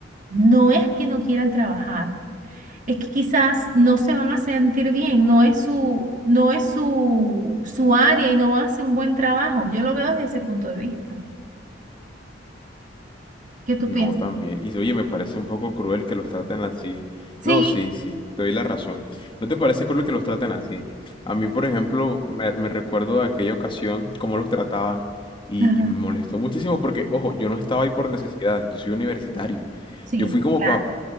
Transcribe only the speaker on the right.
no es que no quieran trabajar es que quizás no se van a sentir bien, no es su, no es su, su área y no van a hacer un buen trabajo. Yo lo veo desde ese punto de vista. ¿Qué tú
piensas?
Sí,
ajá,
sí,
claro.